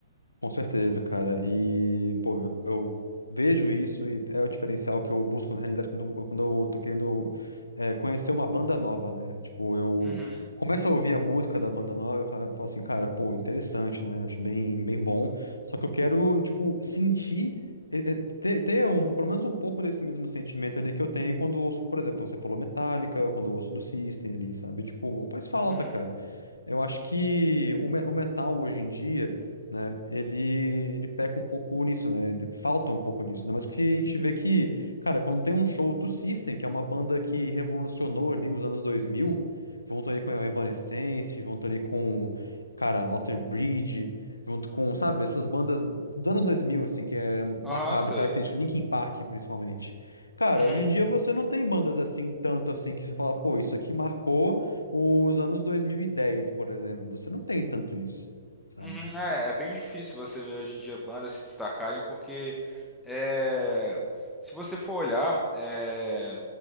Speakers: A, on the left; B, in the centre.
A: Com certeza, cara. E, pô, eu, eu vejo isso e é o diferencial que eu busco na realidade quando, quando eu tô querendo é, conhecer uma banda nova, né? Tipo, eu
B: Uhum,
A: começo a ouvir a música da banda nova, eu ca- falo assim, cara, pô, interessante, né? Acho bem, bem bom. Só que eu quero, tipo, sentir, é, é, ter, ter um, pelo menos um pouco desse mesmo sentimento ali que eu tenho quando eu ouço, por exemplo, você falou Metallica, ou quando eu ouço do System ali, sabe? Tipo, faz falta,
B: uhum.
A: cara. Eu acho que o, me- o metal hoje em dia né? Ele, ele peca um pouco nisso, né? Ele falta um pouco disso, né? Mas que a gente vê que, cara, quando tem um show do System, que é uma banda que revolucionou ali os anos dois mil junto ali com a Evanescence, junto ali com, cara, Alter Bridge, junto com, sabe, essas bandas do ano 2000 assim, que é marcado,
B: Aham, sei.
A: característico, Linkin Park, principalmente. Cara,
B: Uhum.
A: hoje em dia você não tem bandas assim, tanto assim, que você fala, pô, isso aqui marcou os anos dois mil e dez por exemplo. Você não tem tanto isso, sabe?
B: Uhum, é, é bem difícil você ver hoje em dia bandas se destacarem, porque é, se você for olhar, é,